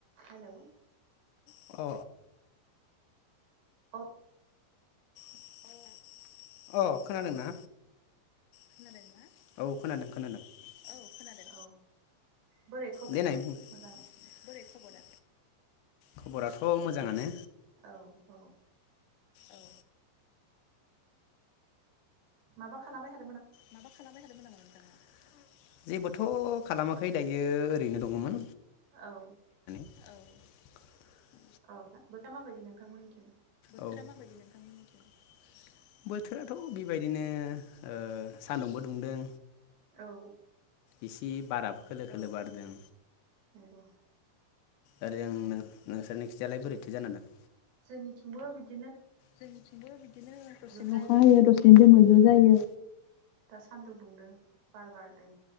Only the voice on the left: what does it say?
अ
<inaudible> अ खोनादोंना खोनादों औ खोनादों खोनादों औ खोनादों
दे नाय बुं
बोरै खबरा खबराथ' मोजाङानो
औ औ
माबा खालामबाय थादोंमोन नामा नोंथाङा जेबोथ' खालामाखै दायो ओरैनो दङमोन
औ
औ बोथोरा माबायदि नोंथांमोननिथिं? बोथोराथ' बेबायदिनो ओ सान्दुंबो दुंदों
इसे बाराबो खोलो खोलो बारदों
ओरै आंनो नोंसोरनि खिथियालाय बोरैथो जाना दं।
जोंथिबो बिदिनो दसेनो
अखा हयो दसेनो दोमैबो जायो